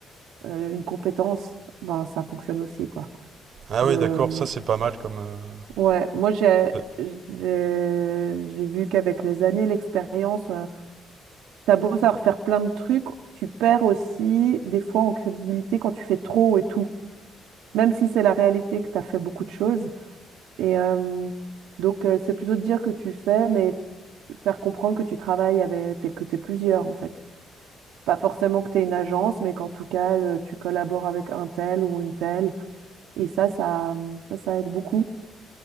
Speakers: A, on the right; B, on the right.
A: euh, une compétence, ben, ça fonctionne aussi, quoi.
B: Ah
A: De,
B: ouais, d'accord, ça c'est pas mal comme.
A: Ouais, moi j'ai
B: euh,
A: j'ai j'ai vu qu'avec les années, l'expérience, euh, t'as beau savoir faire plein de trucs, tu perds aussi des fois en crédibilité quand tu fais trop et tout, même si c'est la réalité que t'as fait beaucoup de choses. Et euh, donc euh, c'est plutôt de dire que tu fais, mais faire comprendre que tu travailles avec, t'es- que t'es plusieurs en fait. Pas forcément que t'es une agence, mais qu'en tout cas euh, tu collabores avec un tel ou une telle. Et ça, ça, ça, ça aide beaucoup.